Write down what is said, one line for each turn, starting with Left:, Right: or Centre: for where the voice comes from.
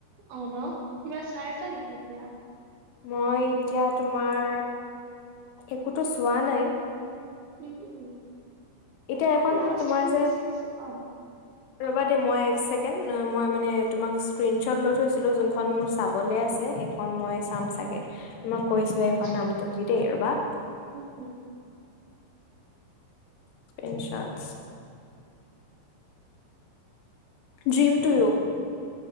Right: অ ন কিবা চাই আছা নেকি এতিয়া
Left: মই এতিয়া তোমাৰ একোতো চোৱা নাই
Right: উম উম
Left: এতিয়া এখন
Right: লাষ্ট
Left: তোমাৰ
Right: কি
Left: যে
Right: চাইছো অ অ
Left: ৰবা
Right: কোৱা
Left: দেই মই এক ছেকেণ্ড কেন মই মানে তোমাক স্ক্ৰীনশ্বট লৈ থৈছিলোঁ যোনখন মোৰ চাবলৈ আছে। খন মই চাম চাগে ত মই কৈছো এইখন
Right: আচ্ছা
Left: নামটো কি দেই ৰবা
Right: উম হুম
Left: ইনচাৰ্ট dream to you